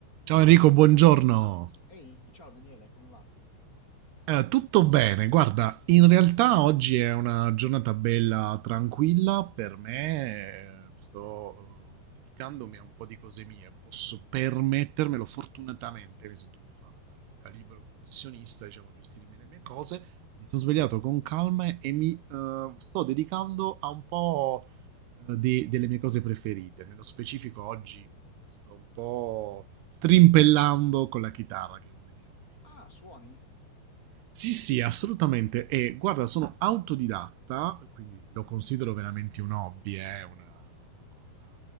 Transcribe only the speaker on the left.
Ehi, ciao Daniele, come va?
Ah, suoni?